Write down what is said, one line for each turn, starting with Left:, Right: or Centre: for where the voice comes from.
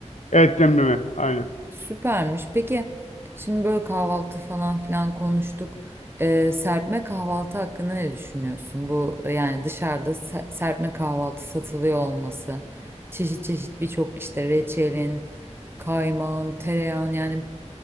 Left: Evet demleme aynen.
Right: Süpermiş. Peki şimdi böyle kahvaltı falan filan konuştuk. Ee, serpme kahvaltı hakkında ne düşünüyorsun? Bu e, yani dışarıda se- serpme kahvaltı satılıyor olması. Çeşit çeşit birçok işte reçelin, kaymağın, tereyağın yani